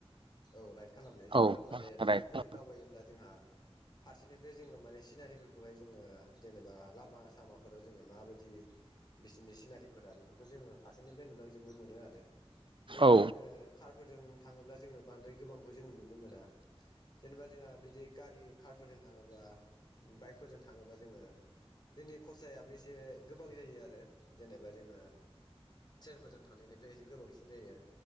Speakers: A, on the left; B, on the right.
A: औ राइड खालामनाय जोङो
B: औ
A: माने बाइकफोरजों
B: राइड
A: दावबायोब्ला जोंहा फारसेनिफ्राय जोङो माने सिनारिफोरखौहाय जोङो जेनेबा लामा सामाफोराव जोङो मा बायदि बिदि बिसोरनि सिनारिफोरा बेफोरखौ जोङो फारसेनिफ्राय नुलांजोबनो मोनो आरो जेनेबा
B: औ
A: जोङो कारफोरजों थाङोब्ला जोङो बांद्राय गोबांखौ जों नुनो मोना जेनेबा जोंहा बिदि गारि कारफोरजों थाङोबा बाइकफोरजों थाङोबा जोङो जोंनि खरसायाबो एसे गोबां जायो आरो जेनेबा जों ओ ट्रेनफोरजों थानायनिफ्राय एसे गोबांसिन जायो